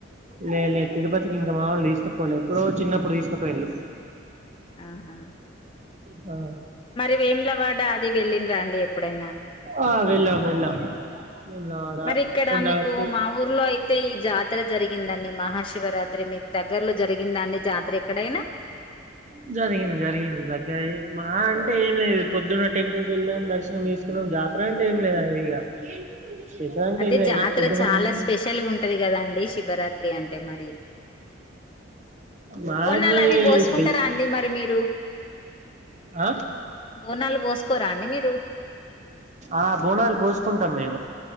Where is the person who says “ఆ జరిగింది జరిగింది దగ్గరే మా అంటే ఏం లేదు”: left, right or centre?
Right